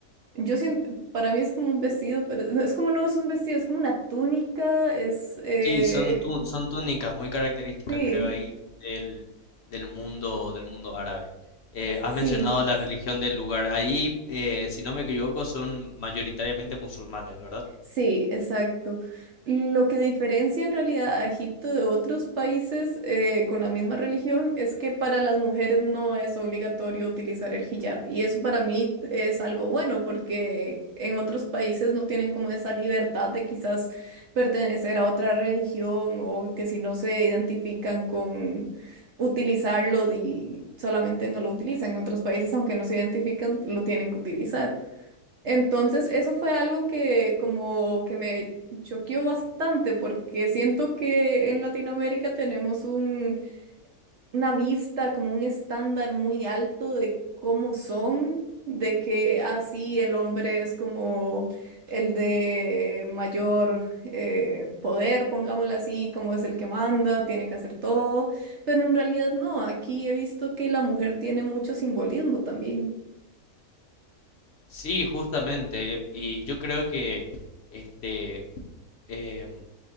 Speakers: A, on the right (about 60°); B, on the left (about 60°).
A: yo siento, para mí es como un vestido, pero <laughs> no, es como no es un vestido, es como una túnica, es, eh,
B: Sí, son, tú- son túnicas muy características,
A: sí,
B: creo, ahí del, del mundo, del mundo árabe. Eh, has
A: sí,
B: mencionado la Sí. religión del lugar. Ahí, eh, si no me equivoco, son mayoritariamente musulmanes, ¿verdad?
A: Sí, exacto. Lo que diferencia en realidad a Egipto de otros países eh, con la misma religión es que para las mujeres no es obligatorio utilizar el hijab. Y eso para mí es algo bueno porque en otros países no tienen como esa libertad de quizás pertenecer a otra religión o que si no se identifican con utilizarlo y solamente no lo utilizan. En otros países, aunque no se identifican, lo tienen que utilizar. Entonces, eso fue algo que como que me choqueó bastante porque siento que en Latinoamérica tenemos un, una vista, como un estándar muy alto de cómo son, de que así el hombre es como el de mayor eh, poder, pongámoslo así, como es el que manda, tiene que hacer todo, pero en realidad no, aquí he visto que la mujer tiene mucho simbolismo también.
B: Sí, justamente. Y yo creo que este, em,